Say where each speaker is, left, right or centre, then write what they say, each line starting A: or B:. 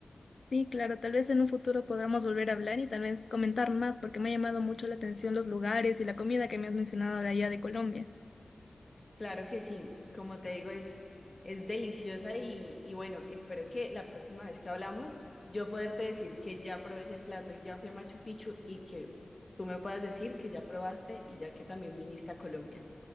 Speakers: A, on the left; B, on the left.
A: Sí, claro, tal vez en un futuro podamos volver a hablar y tal vez comentar más porque me ha llamado mucho la atención los lugares y la comida que me has mencionado de allá de Colombia.
B: Claro que sí, como te digo, es, es deliciosa y, y bueno, espero que la próxima vez que hablamos yo poderte decir que ya probé ese plato y ya fui a Machu Picchu y que tú me puedas decir que ya probaste y ya que también viniste a Colombia.